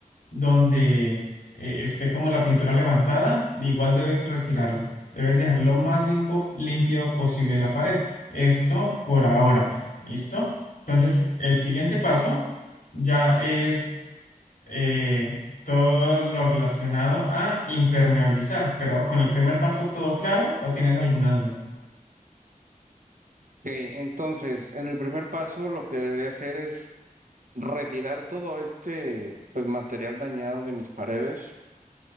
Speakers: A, on the left; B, on the right.
A: donde eh, esté como la pintura levantada, igual debes retirarlo. Debes dejar lo más limpo- limpio posible la pared. Esto por ahora. ¿Listo? Entonces, el siguiente paso ya es eh, todo lo relacionado a impermeabilizar. Pero con el primer paso, ¿todo claro o tienes alguna duda?
B: Ok, entonces, en el primer paso, lo que debería hacer es retirar todo este pues, material dañado de mis paredes.